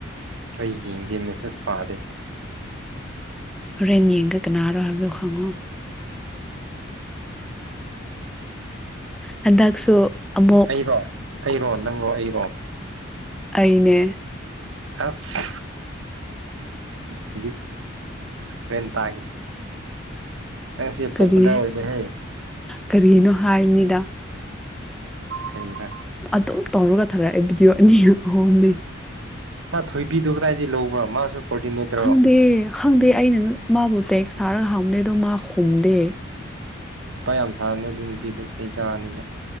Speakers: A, on the right; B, in the centre.
A: ꯑꯩ ꯌꯦꯡꯗꯦ ꯃꯦꯁꯦꯁ ꯄꯥꯗꯦ
B: ꯍꯣꯔꯦꯟ ꯌꯦꯡꯗ ꯀꯅꯥꯔꯣ ꯍꯥꯏꯕꯗꯣ ꯈꯪꯉꯣ ꯍꯟꯗꯛꯁꯨ ꯑꯃꯨꯛ
A: ꯑꯩꯔꯣ ꯑꯩꯔꯣ ꯅꯪꯔꯣ ꯑꯩꯔꯣ
B: ꯑꯩꯅꯦ
A: ꯑꯁ ꯍꯧꯖꯤꯛ ꯃꯦꯟꯇꯥꯒꯤ ꯅꯪꯁꯦ
B: ꯀꯔꯤ
A: ꯄꯣꯄꯨꯂꯔ ꯑꯣꯏꯗꯦꯍꯦ
B: ꯀꯔꯤꯅꯣ ꯍꯥꯏꯕꯅꯤꯗ
A: ꯀꯩꯔꯤꯔꯥ
B: ꯑꯗꯨꯝ ꯇꯧꯔꯒ ꯊꯥꯔꯛꯑꯦ ꯚꯤꯗꯤꯑꯣ ꯑꯅꯤꯔꯛ ꯑꯍꯨꯝꯗꯤ
A: ꯃꯥ ꯊꯣꯏꯕꯤꯗꯨ ꯀꯗꯥꯏꯗꯩ ꯂꯧꯕ꯭ꯔꯥ ꯃꯥꯁꯨ ꯀꯣꯑꯣꯔꯗꯤꯅꯦꯇꯔꯣ
B: ꯈꯪꯗꯦ ꯈꯪꯗꯦ ꯑꯩꯅ ꯃꯥꯕꯨ ꯇꯦꯛꯁ ꯊꯥꯔꯒ ꯍꯪꯕꯅꯦ ꯑꯗꯣ ꯃꯥ ꯈꯨꯝꯗꯦ
A: ꯍꯩꯄꯥ ꯌꯥꯝ ꯁꯥꯕꯅꯤ ꯑꯗꯨ ꯅꯨꯄꯤꯗꯣ ꯆꯩ ꯆꯥꯔꯅꯤ ꯃꯥ